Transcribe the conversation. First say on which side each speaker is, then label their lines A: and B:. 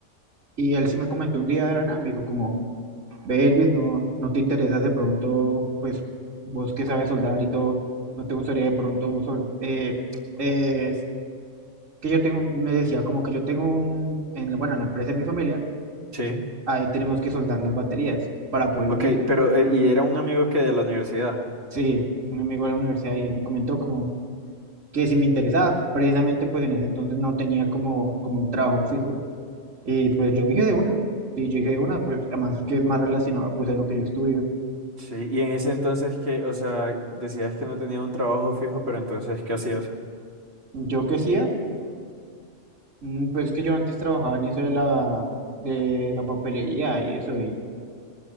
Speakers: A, on the right; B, on the right.
A: y él sí me comentó un día de la nada, me dijo como... Ve, Elvis, no, no te interesa de pronto, pues vos que sabes soldar y todo, no te gustaría de pronto, sol- eh, eh, es que yo tengo, un- me decía como que yo tengo un, en, la- bueno, en la empresa de mi familia,
B: Sí.
A: ahí tenemos que soldar las baterías para poder
B: Ok,
A: unir.
B: pero eh, y era un amigo que de la universidad.
A: Sí, un amigo de la universidad y él me comentó como que si me interesaba, precisamente pues en ese entonces no tenía como, como un trabajo fijo y
B: Ok.
A: pues yo dije de una, sí, yo dije de una, pues además que es más relacionado pues a lo que yo estudio.
B: Sí, y en ese entonces que, o sea, decías que no tenía un trabajo fijo, pero entonces, ¿qué hacías?
A: Yo qué sí. Mm, Pues que yo antes trabajaba en eso de la, de la papelería y eso, y,